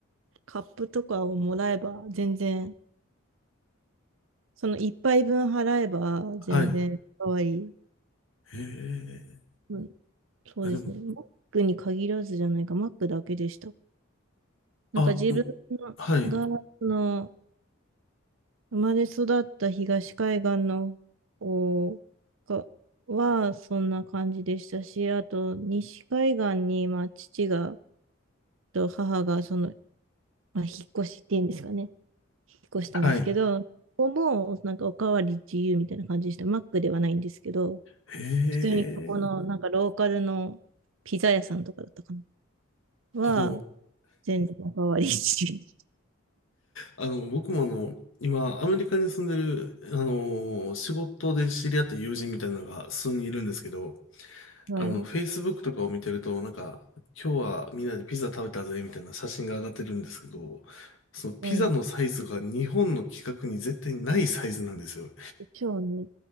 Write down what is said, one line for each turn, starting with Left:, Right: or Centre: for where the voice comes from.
Right: カップとかをもらえば全然、その一杯分払えば全然かわいい。
Left: はい。へえ。
Right: うん、そうですね。
Left: あ、でも、
Right: マックに限らずじゃないか、マックだけでした。なんか自分
Left: あ、おはい。
Right: が、その、生まれ育った東海岸の方がはそんな感じでしたし、あと西海岸に、まあ、父がと母がその、まあ、引っ越しっていうんですかね、引っ越したんですけど、
Left: はい。
Right: ここもなんかおかわり自由みたいな感じでした。マックではないんですけど、
Left: へえ。
Right: 普通にここのなんかローカルのピザ屋さんとかだったかな。は、
Left: あ、でも、
Right: 全然おかわり自由。<laughs>
Left: あの、僕もあの、今、アメリカに住んでる、あの、仕事で知り合った友人みたいなのが数人いるんですけど、
Right: はい。
Left: あの、Facebook とかを見てると、なんか、今日はみんなでピザ食べたぜ、みたいな写真が上がってるんですけど、そのピザのサイズが日本の規格に絶対ないサイズなんですよ。
Right: はい。でしょうね。